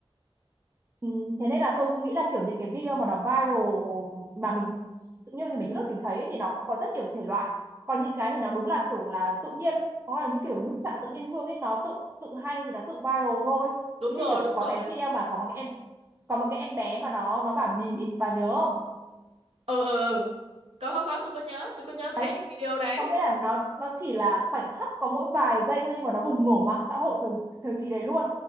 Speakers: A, on the right; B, on the right.
A: ừ, thế nên là tôi cũng nghĩ là kiểu những cái video mà nó viral mà mình tự nhiên thì mình lướt mình thấy ấy, thì nó cũng có rất nhiều thể loại còn những cái thì nó đúng là kiểu là tự nhiên có là những kiểu hữu xạ tự nhiên hương ấy nó tự tự hay thì nó tự viral thôi
B: đúng
A: như
B: rồi
A: kiểu
B: đúng
A: có
B: rồi
A: cái video mà có một cái em có một cái em bé mà nó nó bảo nín ý, bà nhớ không
B: ừ ừ ừ có có có tôi có nhớ tôi có nhớ thấy
A: đấy
B: cái video đấy
A: có nghĩa là nó nó chỉ là khoảnh khắc có mỗi vài giây thôi nhưng mà nó bùng nổ mạng xã hội thời, thời kỳ đấy luôn